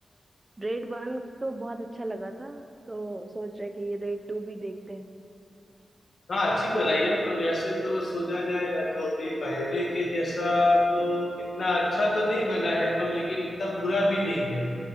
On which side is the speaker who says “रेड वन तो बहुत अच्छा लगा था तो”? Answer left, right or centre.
Right